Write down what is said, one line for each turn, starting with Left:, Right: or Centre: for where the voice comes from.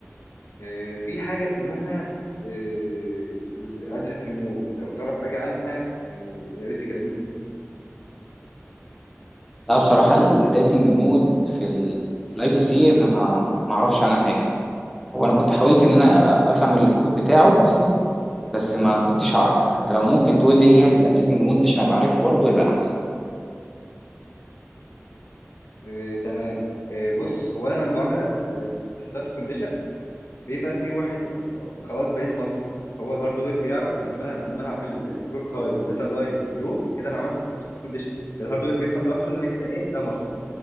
Left: إيه في حاجه اسمها إيه الادرس مود لو تعرف حاجه عنها يعني يا ريت تكلمني فيها
Centre: لا بصراحه التريسنج مود في ال في الاي تو سي انا ما ما اعرفش عنها حاجه هو انا كنت حاولت ان انا افهم الكود بتاعه اصلا بس ما كنتش اعرف انت لو ممكن تقول لي ايه الادريسنج مود ده عشان ابقى عارفها برضه يبقى احسن
Left: إيه تمام إيه بص هو انا لما بعمل ستارت كونديشن بيبقى في واحد آه، خلاص بقيت ماستر هو الهاردوير بيعرف لما انا لما انا اعمل الكلوك هاي والداتا لاين بلو كده انا عملت ستارت كونديشن الهاردوير بيفهم لوحده ان انا كده ايه ده ماستر